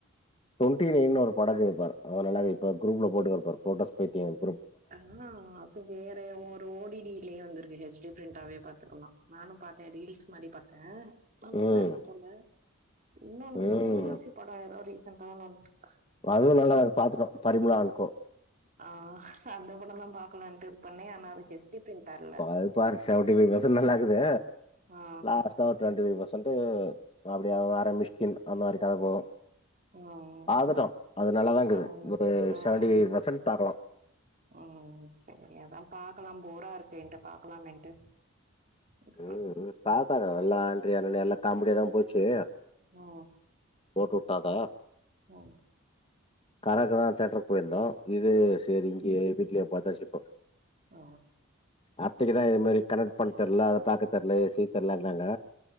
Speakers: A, on the left; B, on the right.
A: ட்வொண்ட்டி நைனு ஒரு படோக்குது பாருங் அது நல்லா இருக் இப்ப குரூப்ல போட்டுக்கோ பாரு போட்டோஸ் பைத்திய அது
B: ஆ அது வேற ஒரு ஓ டி டி லயே வந்து ட்டு ஹெச் டி ப்ரிண்ட்டாவே பாத்துக்கலா நானு பாத்தே ரீல்ஸ் மாரி பாத்த நல்லாதா
A: ம்
B: இருக்கு போல இன்னொன் இந்த
A: ம்
B: ஊர்வசி படோ ஏதோ ரீசன் <unintelligible>
A: அதுவு நல்லா பாத்துட்டோ பரிமளா அண் கோ
B: ஆ அந்த படந்தா பாக்கலான்ட்டு பண்ணே ஆனா அது ஹெச் டி பிரிண்டா இல்ல
A: பாரு பாரு செவன்ட்டி ஃபைவ் பர்சென்ட் நல்லாருக்குது
B: ஆ
A: லாஸ்ட்டா ஒரு டுவெண்ட்டி ஃபைவ் பர்சென்ட் வந்ட்டு அப்படிய வேற மிஷ்கின் அந்த மாரி கதை போவு
B: ம்
A: பாத்துட்டோ அது நல்லாதாக்குது
B: ம்
A: ஒரு
B: ம்
A: செவன்ட்டி ஃபைவ் பர்சன்ட் பாக்கலா
B: ம் சரி அதா பாக்கலா போரா இருக்கேன்ட்டு பாக்கலாமேன்ட்டு இது
A: ம்
B: பண்ணே
A: ம் பாத்தா நல்லான் எல்லா காமெடியாதா போச்சு
B: ஆ
A: போட்டு வுட்டாங்க
B: அ
A: கராக்கதா தேட்டரு போயிருந்தோ இது செரி இங்கயே வீட்லயே பாத் பேசிப்போ
B: ஆ
A: அத்தைக்குதா இது மாரி கனெக்ட் பண்ட்டன்ல பாக்க தெர்ல செய்ய தெர்லனாங்க